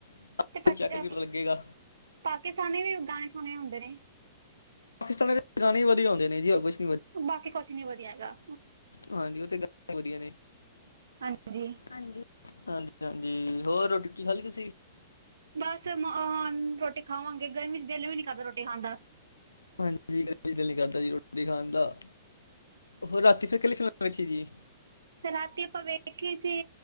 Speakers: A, on the left; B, on the right.
A: ਚੈੱਕ
B: <inaudible>
A: ਕਰਕੇ ਪਤਾ ਲੱਗੇਗਾ
B: ਪਾਕਿਸਤਾਨੀ ਵੀ ਗਾਣੇ ਸੁਣੇ ਹੁੰਦੇ
A: ਪਾਕਿਸਤਾਨ ਦੇ ਗਾਣੇ ਵਧੀਆਂ ਹੁੰਦੇ ਨੇ ਜੀ ਔਰ ਕੁਛ
B: ਬਾਕੀ ਕੁਛ ਨੀ ਵਧੀਆਂ ਹੈਗਾ
A: ਹਾਂਜੀ ਉਹ ਤੇ ਗਾਣੇ ਵਧੀਆਂ ਨੇ
B: ਹਾਂਜੀ।
A: ਹਾਂਜੀ- ਹਾਂਜੀ- ਹਾਂਜੀ ਹੋਰ ਰੋਟੀ- ਰੂਟੀ ਖਾ ਲੀ ਤੁਸੀਂ
B: ਬਸ ਮ ਆ ਰੋਟੀ ਖਾਵਾਂਗੇ ਗਰਮੀ ਚ ਦਿਲ ਵੀ ਨੀ ਕਰਦਾ ਰੋਟੀ ਖਾਣ ਦਾ
A: ਹਾਂਜੀ ਗਰਮੀ ਚ ਦਿਲ ਨੀ ਕਰਦਾ ਜੀ ਰੋਟੀ ਖਾਣ ਦਾ ਹੋਰ ਰਾਤੀਂ ਫ਼ੇਰ ਕਿਹੜੀ ਫ਼ਿਲਮ ਵੇਖੀ ਜੀ
B: ਤੇ ਰਾਤੀ ਆਪਾਂ ਵੇਖੀ ਸੀ